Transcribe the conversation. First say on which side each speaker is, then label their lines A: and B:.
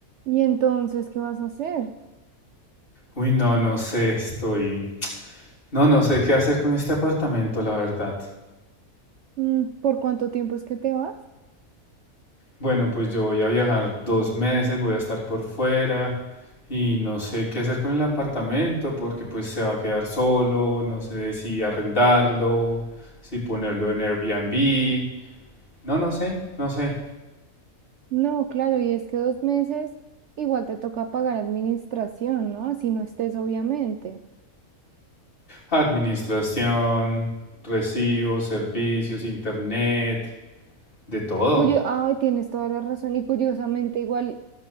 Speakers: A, on the right (about 65°); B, on the left (about 35°).
A: Y entonces, ¿qué vas a hacer?
B: Uy, no, no sé, estoy... No, no sé qué hacer con este apartamento, la verdad.
A: Mm, ¿Por cuánto tiempo es que te vas?
B: Bueno, pues yo voy a viajar dos meses, voy a estar por fuera y no sé qué hacer con el apartamento porque pues se va a quedar solo, no sé si arrendarlo, si ponerlo en Airbnb. No, no sé, no sé.
A: No, claro, y es que dos meses igual te toca pagar administración, ¿no? Si no estés, obviamente.
B: Administración, recibos, servicios, internet, de todo.
A: Cuyo, ay, tienes toda la razón. Y curiosamente, igual